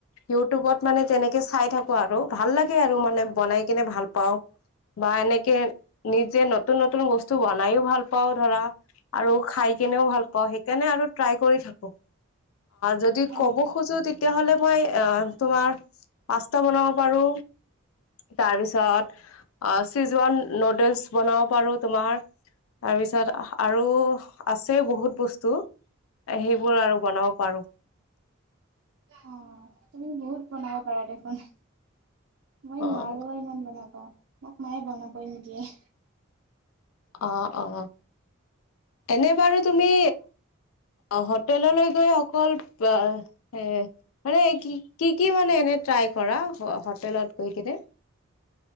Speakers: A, on the left; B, on the right.
A: ইউটিউবত মানে তেনেকে চাই থাকো আৰু ভাল লাগে আৰু মানে বনাই কিনে ভাল পাওঁ, বা এনেকে নিজে নতুন নতুন বস্তু বনাইও ভাল পাওঁ। ধৰা খাই কেনেও ভাল পাওঁ, সেই কাৰনে ট্ৰাই কৰি থাকো। যদি
B: অ',
A: কব খোজো তেতিয়া হলে মই তোমাৰ পাষ্টা বনাব পাৰো, তাৰপিছত চীজউৱান নুডলছ বনাব পাৰো, তোমাৰ তাৰ পিছত। আৰু আছে বহুত বস্তু সেইবোৰ আৰু বনাব পাৰো।
B: অ', তুমি বহুত বনাব পাৰা দেখোন। মই নোৱাৰো
A: অ
B: ইমান বনাব। অ', মোক মায়ে বনাবই নিদিয়ে।
A: অ অ এনে বাৰু তুমি হোটেললৈ গৈ অকল মানে কি কি মান এ ট্ৰাই কৰা হোটেলত গৈ কিনে